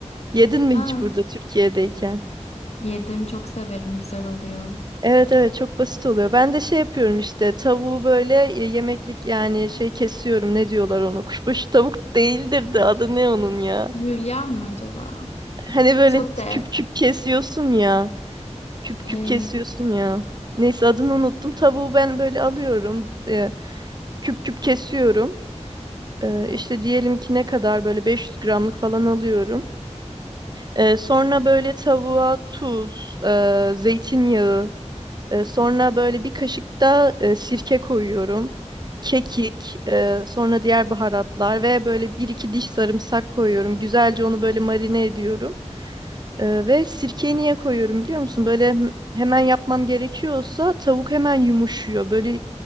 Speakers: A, on the right; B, on the left.
A: Yedin mi
B: Aa,
A: hiç burada Türkiye'deyken?
B: yedim çok severim güzel oluyor.
A: Evet evet çok basit oluyor. Ben de şey yapıyorum işte tavuğu böyle e, yemeklik yani şey kesiyorum ne diyorlar ona kuşbaşı tavuk değildir de adı ne onun ya?
B: Hülya mı acaba?
A: Hani böyle
B: Sote.
A: küp küp kesiyorsun ya. Küp
B: Ay,
A: küp kesiyorsun ya. Neyse adını unuttum. Tavuğu ben böyle alıyorum. e, küp küp kesiyorum. E, işte diyelim ki ne kadar böyle 500 gramlık falan alıyorum. E, sonra böyle tavuğa tuz, e, zeytinyağı, e, sonra böyle bir kaşık da e, sirke koyuyorum. Kekik, e, sonra diğer baharatlar ve böyle bir iki diş sarımsak koyuyorum. Güzelce onu böyle marine ediyorum. Ee, ve sirkeyi niye koyuyorum biliyor musun? Böyle hı- hemen yapmam gerekiyorsa tavuk hemen yumuşuyor. Böyle